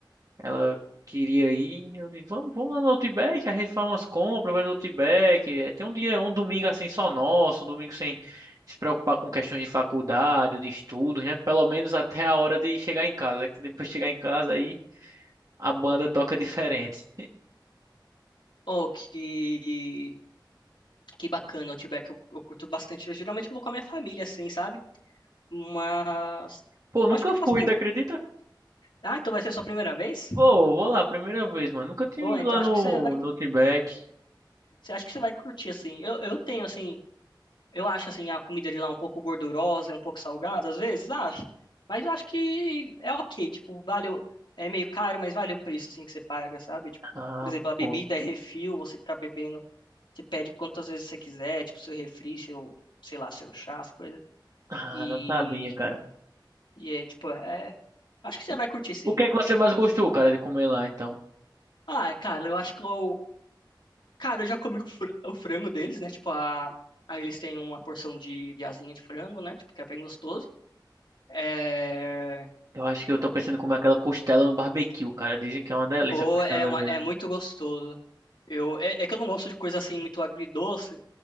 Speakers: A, on the right (about 45°); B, on the left (about 70°).
A: Ela queria ir. Eu disse, vamos, vamos lá no Outback, a gente faz umas compras, vai no Outback. É, tem um dia, um domingo assim só nosso, um domingo sem se preocupar com questões de faculdade, ou de estudos, né? Pelo menos até a hora de chegar em casa, né? Que depois de chegar em casa aí a banda toca diferente.
B: Ou que, que bacana, Outback, eu, eu curto bastante. Eu geralmente eu vou com a minha família, assim, sabe? Mas,
A: Pô, nunca
B: eu acho que eu faço...
A: fui, tu acredita?
B: Ah, então vai ser a sua primeira vez?
A: Pô, vou lá, primeira vez, mano. Nunca tinha
B: Pô,
A: ido
B: então
A: lá
B: acho
A: no,
B: que você vai,
A: no Outback.
B: você acha que você vai curtir, assim. Eu, eu tenho, assim, Eu acho assim a comida de lá um pouco gordurosa, um pouco salgada, às vezes, acho. Mas eu acho que é ok, tipo, vale o... é meio caro, mas vale o preço assim que você paga, sabe? Tipo,
A: Ah,
B: por exemplo, a bebida
A: pô.
B: é refil, você fica bebendo, você pede quantas vezes você quiser, tipo, seu refri, seu, sei lá, seu chá, as coisas.
A: Ah,
B: E
A: não sabia, cara.
B: e é tipo, é, acho que você
A: E
B: vai curtir sim.
A: O que é que você mais gostou, cara, de comer lá, então?
B: Ah, é, cara, eu acho que eu, cara, eu já comi o fr- o frango deles, né? Tipo, a Aí eles têm uma porção de, de asinha de frango, né? Tipo, que é bem gostoso. É...
A: Eu acho que eu tô pensando em comer aquela costela no barbecue, cara. Dizem que é uma delícia
B: Pô,
A: a costela
B: é, uma-
A: dele.
B: é muito gostoso. Eu, é, é que eu não gosto de coisa assim muito agridoce.